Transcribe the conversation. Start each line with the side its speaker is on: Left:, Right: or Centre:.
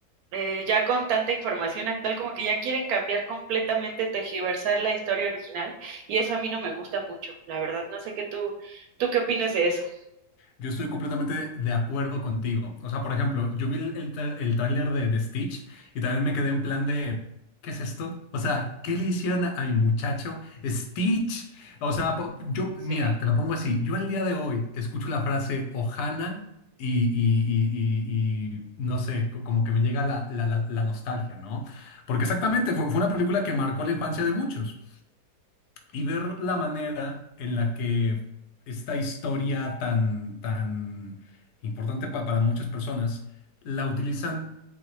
Right: eh, ya con tanta información actual, como que ya quieren cambiar completamente, tergiversar la historia original, y eso a mí no me gusta mucho, la verdad. No sé qué tú, ¿tú qué opinas de eso?
Left: Yo estoy completamente de acuerdo contigo. O sea, por ejemplo, yo vi el, el, tra- el tráiler de, de Stitch y también me quedé en plan de, ¿qué es esto? O sea, ¿qué le hicieron a, a mi muchacho Stitch? O sea, po- yo,
Right: Sí.
Left: mira, te lo pongo así. Yo el día de hoy escucho la frase Ohana y, y, y, y- y no sé, co- como que me llega la, la, la, la nostalgia, ¿no? Porque exactamente fue, fue una película que marcó la infancia de muchos y ver la manera en la que esta historia tan, tan importante pa- para muchas personas la utilizan